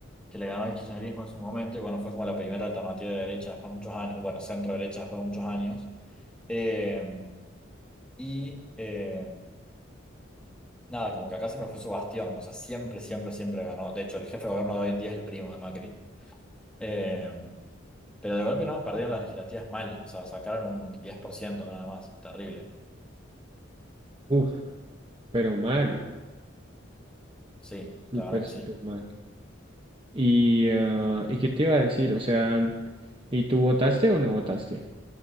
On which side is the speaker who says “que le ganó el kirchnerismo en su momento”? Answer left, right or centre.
Centre